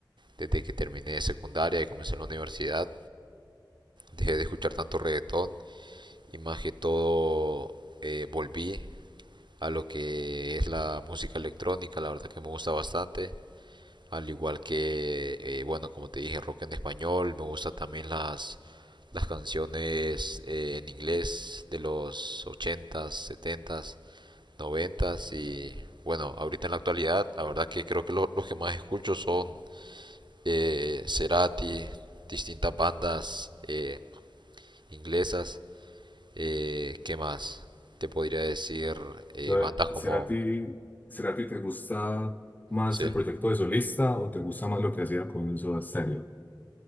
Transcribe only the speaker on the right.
desde que terminé secundaria y comencé en la universidad, dejé de escuchar tanto reggaetón y más que todo eh, volví a lo que es la música electrónica, la verdad que me gusta bastante, al igual que, eh, bueno, como te dije, rock en español, me gusta también las, las canciones eh, en inglés de los ochentas setentas noventas y bueno, ahorita en la actualidad, la verdad que creo que lo- los que más escucho son eh, Cerati, distintas bandas eh, inglesas Eh, ¿qué más? Te podría decir eh,
bandas
como...
Sí.